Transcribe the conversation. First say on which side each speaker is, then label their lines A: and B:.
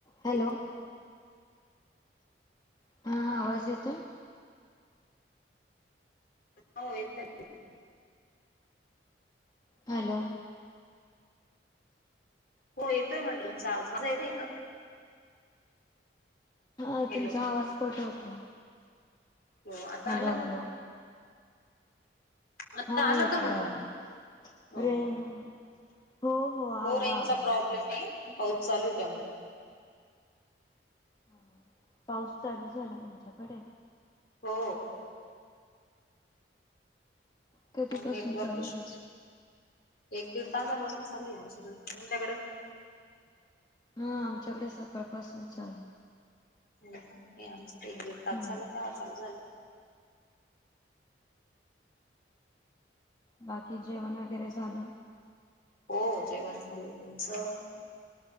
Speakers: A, on the left; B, on the left.
A: हॅलो
B: हेप
A: हा आवाज येतोय?
B: हो येतोय.
A: हॅलो
B: हो येतोय म्हटलं तुमचा आवाज माझ येतय का?
A: हा
B: हॅलो
A: तुमचा आवाज कट होत
B: हो आता
A: हॅलो
B: आला
A: हॅलो
B: आता
A: हा
B: आलं
A: येतोय
B: का म्हंटलं.
A: आवाज रेंज हो आला
B: हो रेंज
A: आवाज
B: प्रॉब्लेम
A: तुमचा
B: आहे. चालू कामुळे
A: हा पाऊस चालू झाला तुमच्याकडे.
B: हो
A: कधीपासून
B: नेटवर्क
A: चालू
B: इश्यू.
A: झाला
B: एक दीड तासापासून चालली आमच्याकडे. तुमच्याकडे
A: हा आमच्याकडे सकाळपासून चालू,
B: हो आमच्या एक दीड तास
A: हम्म
B: झाला ते तास झालं,
A: बाकी जेवण वगैरे झालं.
B: हो जेवण झालं तुचं